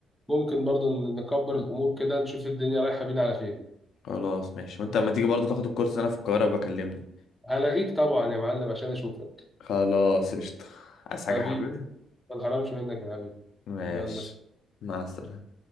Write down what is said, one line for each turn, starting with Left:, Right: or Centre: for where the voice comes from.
Centre: ممكن برضو ن- نكبر الامور كده نشوف الدنيا رايحه بينا على فين
Left: خلاص ماشي وانت لما تيجي برضه تاخد الكورس انا في القاهرة بكلمني
Centre: هلغيك طبعا يا معلم عشان اشوفك
Left: خلاص قشطة عايز حاجة
Centre: حبيبي
Left: حبيبي
Centre: ما انحرمش منك يا حبيبي
Left: ماشي
Centre: يلا
Left: مع السلامة